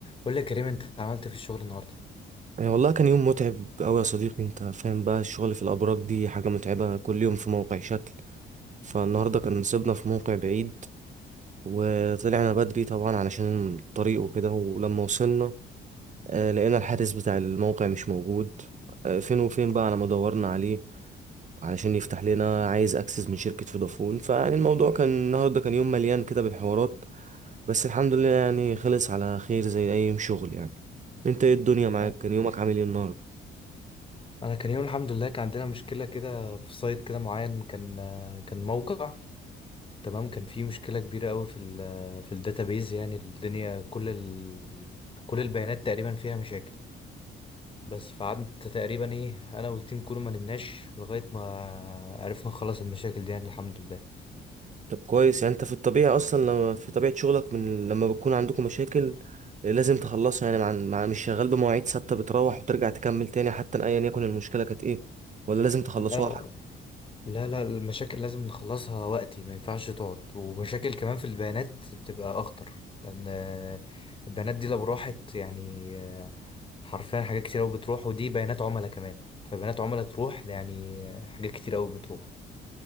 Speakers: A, on the left; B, on the right.
A: قول لي يا كريم انت عملت إيه في الشغل النهارده
B: يعني والله كان يوم متعب أوي يا صديقي أنت فاهم بقى الشغل في الأبراج دي حاجة متعبة كل يوم في موقع شكل فالنهاردة كان نصيبنا في موقع بعيد وطلعنا بدري طبعا علشان الطريق وكده ولما وصلنا آه، لقينا الحارس بتاع الموقع مش موجود آه، فين وفين بقى على ما دورنا عليه علشان يفتح لنا عايز أكسس من شركة فودافون فيعني الموضوع كان النهاردة كان يوم مليان كده بالحوارات بس الحمد لله يعني خلص على خير زي أي يوم شغل يعني أنت إيه الدنيا معاك
A: آه.
B: كان يومك عامل إيه النهاردة؟
A: انا كان يوم الحمد لله كان عندنا مشكله كده في سايت كده معين كان كان موقع تمام كان فيه مشكله كبيره قوي في ال في الداتابيز يعني الدنيا كل ال كل البيانات تقريبا فيها مشاكل بس فقعدت تقريبا ايه انا والتيم كله ما نمناش لغايه ما عرفنا نخلص المشاكل دي يعني الحمد
B: طب كويس يعني انت في الطبيعي اصلا لما في طبيعة شغلك من لما بتكون عندكم مشاكل لازم تخلصها يعني مع, مع مش شغال بمواعيد ثابتة بتروح وترجع تكمل تاني حتى ايا يكن المشكلة كانت ايه ولا لازم تخلصوها
A: لله لا لا المشاكل لازم نخلصها وقتي ما ينفعش تقعد ومشاكل كمان في البيانات بتبقى اخطر لان آه، البيانات دي لو راحت يعني آه، حرفيا حاجات كتير قوي بتروح ودي بيانات عملاء كمان فبيانات عملاء تروح يعني آه، حاجات كتير قوي بتروح